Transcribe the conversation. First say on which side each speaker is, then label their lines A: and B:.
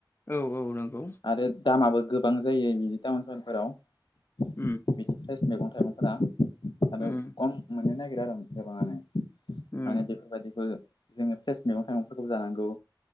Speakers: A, on the left; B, on the left.
A: औ औ नंगौ।
B: आरो दामाबो गोबां जायो बिदि टाउन सहरफोराव।
A: उम।
B: बिदि फ्रेस मैगं थाइगंफोरा आरो
A: उम
B: कम मोननो नागिरो आरो गोबाङानो।
A: उम
B: माने बेफोरबायदिखौ जोंङो फ्रेस मैगं थाइगंफोरखौ जानांगौ।